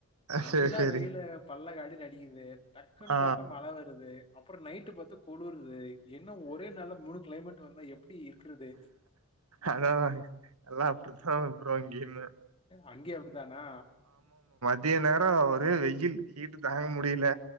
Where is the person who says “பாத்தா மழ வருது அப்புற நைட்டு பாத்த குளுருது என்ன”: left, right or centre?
Left